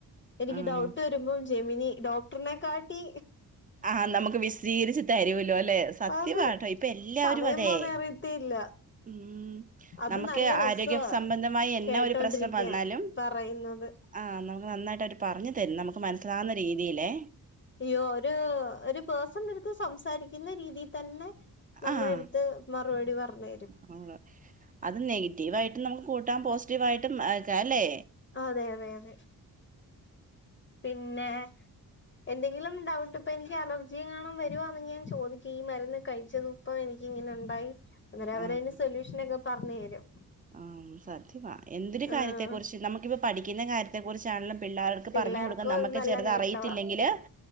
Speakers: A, on the left; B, on the right.
A: എനിക്ക്
B: ആഹ്
A: ഡൗട്ട് വരുമ്പം ജെമിനി ഡോക്ടറിനെ കാട്ടി
B: ആഹ് നമുക്ക് വിശദീകരിച്ച് തരുല്ലോ അല്ലെ സത്യമാട്ടോ
A: അത്
B: ഇപ്പൊ എല്ലാവരും
A: സമയം
B: അതെ
A: പോന്നെ അറിയത്തേയില്ല
B: മ്ഹ്
A: അത്
B: നമ്മക്ക്
A: നല്ല രസവാ
B: ആരോഗ്യ സംബന്ധമായി എന്നാ
A: കേട്ടോണ്ടിരിക്കാൻ
B: ഒരു പ്രശ്നം വന്നാലും
A: പറയുന്നത്
B: ആഹ് നമുക്ക് നന്നായിട്ട് അവര് പറഞ്ഞു തരും നമുക്ക് മനസ്സിലാവുന്ന രീതിയിലേ
A: ഇയ്യോ ഒരു ഒരു പേഴ്സൻ്റെടുത്ത് സംസാരിക്കുന്ന രീതീ തന്നെ നമ്മളടുത്ത്
B: ആഹ്
A: മറുപടി പറഞ്ഞ് തരും
B: <unintelligible> അത് നെഗറ്റീവായിട്ടും നമുക്ക് കൂട്ടാം പോസിറ്റീവായിട്ടും അക അല്ലേ
A: ആഹ് അതെ അതെ അതെ പിന്നെ എന്തെങ്കിലും ഡൗട്ട് ഇപ്പൊ എനിക്ക് അലർജിയെങ്ങാണ വരുവാന്നെങ്കി ഞാൻ ചോദിക്കും ഈ മരുന്ന് കഴിച്ചത് പ്പൊ എനിക്ക് ഇങ്ങനെ ഒണ്ടായി അന്നേരം അവരയിന്
B: ആഹ്
A: സൊല്യൂഷനെക്കെ പറഞ്ഞേരും
B: ആഹ് സത്യമാ എന്തൊരു കാര്യത്തെ
A: ആഹ്
B: കുറിച്ച് നമുക്കിപ്പ പഠിക്കുന്ന കാര്യത്തെ കുറിച്ചാണെലും പിള്ളാരടുക്ക
A: പിള്ളേർക്കും
B: പറഞ്ഞു കൊടുക്കാൻ നമ്മക്ക്
A: അത് നല്ല
B: ചെലത്
A: നേട്ടവാ
B: അറിയത്തില്ലെങ്കില്